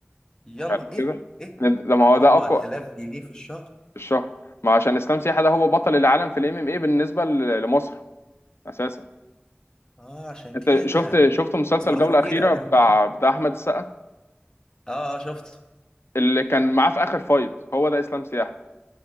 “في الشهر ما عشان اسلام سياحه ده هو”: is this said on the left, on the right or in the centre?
Left